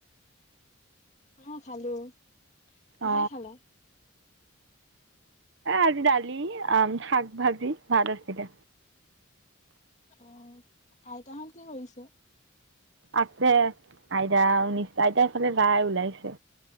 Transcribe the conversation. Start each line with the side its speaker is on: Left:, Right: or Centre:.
Left: অ হ খালো। কিহে
Right: অ
Left: খালা।
Right: আজি দালি, শাক ভাজি ভাত আছিলে।
Left: অ, আইতাহত কি কৰিছে?
Right: আছে আইতা, নি আইতা এইফালে যায় ওলাইছে,